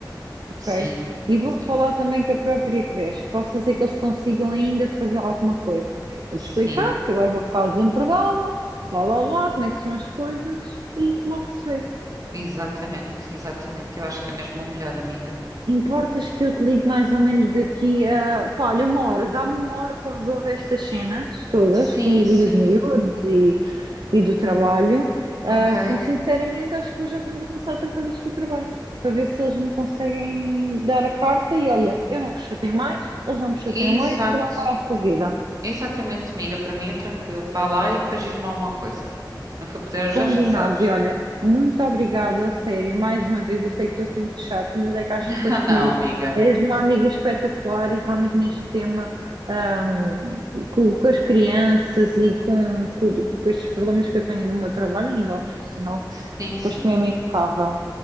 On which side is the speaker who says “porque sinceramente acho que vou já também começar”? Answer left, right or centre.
Right